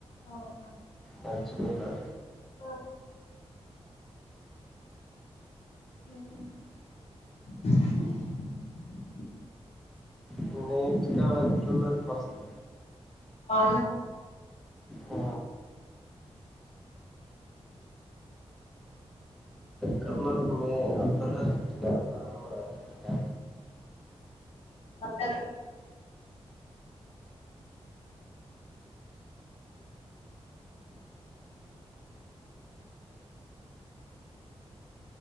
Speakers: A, on the left; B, in the centre.
A: ఆహా.
B: వరిచ్చకుందాల
A: ఆ, అ
B: మీ ఇంటి కాడ ఎట్టున్నది కొస్తు
A: బాంది
B: ఆ కలర్ని అంతకరించగా నామరించు కా
A: అంతేలే